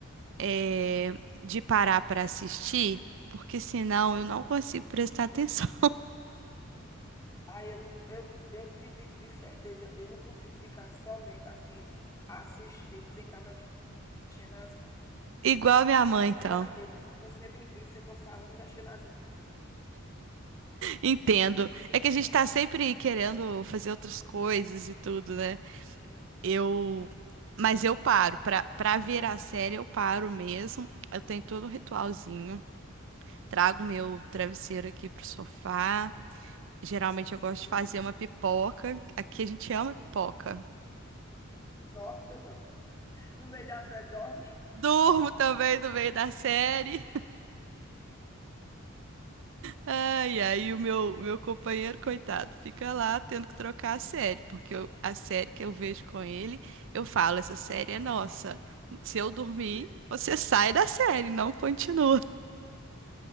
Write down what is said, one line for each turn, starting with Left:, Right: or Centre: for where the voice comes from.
Right: eh, de parar para assistir, porque senão eu não consigo prestar atenção.
Left: aí eu, não, eu, eu te digo de certeza, eu não consigo ficar somente assim, assistindo, sem estar mexendo as mãos.
Right: <laughs> Igual a minha mãe, então.
Left: Agora mesmo, se você me visse, eu estou falando e mexendo as mãos.
Right: Entendo. É que a gente tá sempre querendo fazer outras coisas e tudo, né?
Left: Sim,
Right: Eu, mas eu paro. Pra, pra ver a série, eu paro mesmo. Eu tenho todo um ritualzinho. Trago meu travesseiro aqui pro sofá. Geralmente
Left: sim.
Right: eu gosto de fazer uma pipoca. Aqui a gente ama pipoca.
Left: Dorme ou não? No meio da série dorme.
Right: Durmo também no meio da série. Ai, aí o meu, meu companheiro, coitado, fica lá tendo que trocar a série, porque eu- a série que eu vejo com ele, eu falo, essa série é nossa. Se eu dormir,
Left: Sim,
Right: você sai da série, não continua.